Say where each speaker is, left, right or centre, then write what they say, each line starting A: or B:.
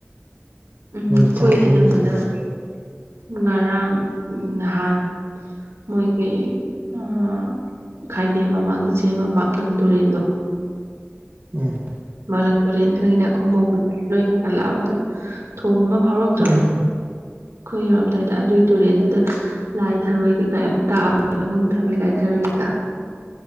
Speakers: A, on the right; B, on the right.
A: ꯎꯝ
B: ꯅꯪ
A: ꯑꯩꯈꯣꯏ
B: ꯆꯥꯗꯕꯅꯤꯅ
A: ꯏꯅꯝꯃꯅ
B: ꯈꯪꯗ꯭ꯔꯦ
A: ꯉꯔꯥꯡ ꯅꯍꯥꯟ ꯃꯣꯏꯒꯤ ꯑꯥ ꯈꯥꯏꯗꯦꯝ ꯃꯃꯥꯡꯗ ꯆꯦꯟꯕ ꯃꯥꯛꯂꯪ ꯇꯨꯔꯦꯟꯗꯣ
B: ꯑꯥ
A: ꯃꯥꯛꯂꯪ ꯇꯨꯔꯦꯟ ꯈꯪꯉꯤꯅ ꯈꯨꯝꯕꯣꯡꯕ ꯅꯣꯏꯅ ꯂꯥꯛꯑꯝꯕꯗꯣ ꯊꯣꯡ ꯑꯃ ꯐꯥꯎꯔꯛꯇ꯭ꯔꯣ
B: ꯎꯝ
A: ꯑꯩꯈꯣꯏ ꯌꯧꯔꯝꯗꯥꯏꯗ ꯑꯗꯨꯏ ꯇꯨꯔꯦꯟꯗꯨꯗ ꯂꯥꯏ ꯊꯔꯣꯏ ꯀꯩꯀꯥ ꯌꯥꯝ ꯇꯥꯕꯅꯦꯕ ꯅꯨꯡ ꯊꯔꯣꯏ ꯂꯥꯏ ꯊꯔꯣꯏ ꯀꯩꯀꯥ